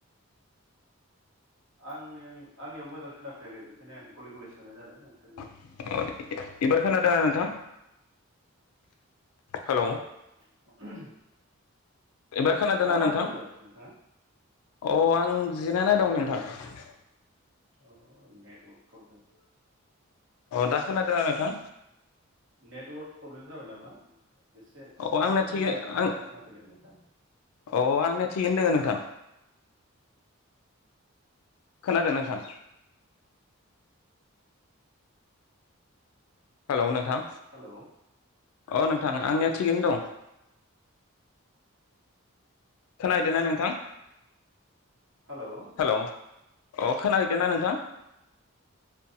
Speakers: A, on the right; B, on the left.
A: आंनि आंनियाव मोजां खोनाफैयाखै बेखायनो आं गले गले सोंनाय जादों नोंथांनियाव।
B: औ इबार खोनादों नोंथां हेल'
A: <unintelligible>
B: एबार खोनादोंना
A: दा मा
B: नोंथां
A: खालामदों नोंथाङा?
B: औ आं जि नाय दं नों आथ
A: औ नेटवर्क प्रब्लेम
B: अ दा खोनादों नोंथां
A: नेटवर्क प्रब्लेम जाबाय नामा एसे
B: अ
A: एकदम
B: आंनाया थिगै
A: नांथा नांथा
B: आं
A: खोनाफैदों नोंथां
B: औ आंनिया थिगैनो दोङो नोंथां खोनादों नोंथां हेलौ नोंथां
A: हेलौ
B: अ नोंथां आंनिया थिगैनो दं खोनहैदो ना नोंथां
A: हेलौ
B: हेलौ अ खोनाहैदों ना नोंथां